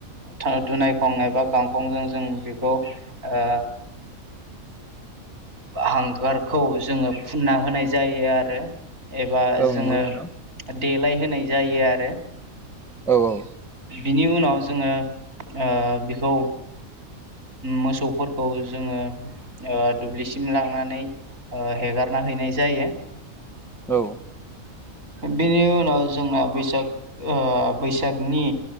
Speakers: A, on the right; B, in the centre.
A: था दुनाय खं एबा गांखंजों जों बेखौ ओ बा हांगारखौ जोङो फुनना होनाय जायो आरो। एबा
B: औ
A: जोङो
B: नंगौ नोंथां
A: देलाय होनाय जायो आरो।
B: औ औ।
A: बिनि उनाव जोङो ओ बिखौ मोसौफोरखौ जोङो ओ दुब्लिसिम लांनानै ओ हेगारना हैनाय जायो।
B: औ
A: बेनि उनाव जोंना बैसाग ओ बैसागनि